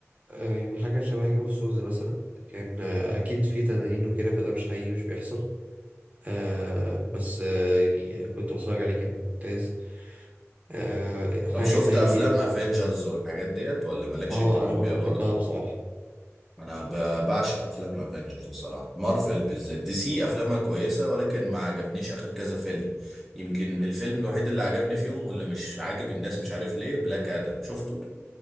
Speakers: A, on the right; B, in the centre.
A: آه، يعني حاجة شبه جيم اوف سونز مثلا كان آه، اكيد في تنانين وكده فده مش حقيقي مش بيحصل آه بس آه يعني كنت بتفرج عليه كان ممتاز آه حاجة
B: طب شفت
A: زي
B: افلام افنجرز والحاجات ديت ولا مالكش
A: اه
B: اهتمام
A: انا بحبها
B: بيها برضو
A: بصراحة
B: انا ب- بعشق افلام افنجرز الصراحه مارفل بالذات دي سي افلامها كويسه ولكن ما عجبنيش اخر كذا فيلم يمكن الفيلم الوحيد اللي عجبني فيهم واللي مش عاجب الناس مش عارف ليه بلاك ادم شفته